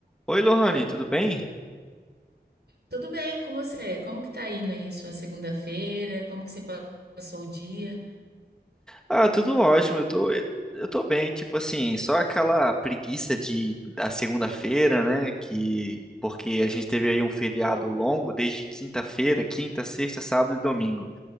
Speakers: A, in the centre; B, on the right.
A: Oi, Lohane, tudo bem?
B: Tudo bem com você? Como que tá indo aí sua segunda-feira? Como que você pa- passou o dia?
A: Ah, tudo ótimo, eu tô, eu tô bem, tipo assim, só aquela preguiça de da segunda-feira, né, que porque a gente teve aí um feriado longo desde quinta-feira, quinta, sexta, sábado e domingo.